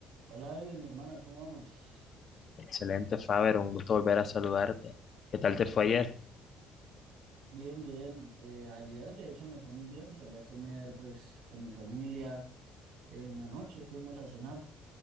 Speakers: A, on the right (about 90°); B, on the left (about 40°).
A: Hola, Edwin, hermana, ¿cómo vamos?
B: Excelente, Faber, un gusto volver a saludarte. ¿Qué tal te fue ayer?
A: Bien, bien. Eh, ayer, de hecho, me fue muy bien. Salí a comer, pues, con mi familia. En la noche fuimos a cenar.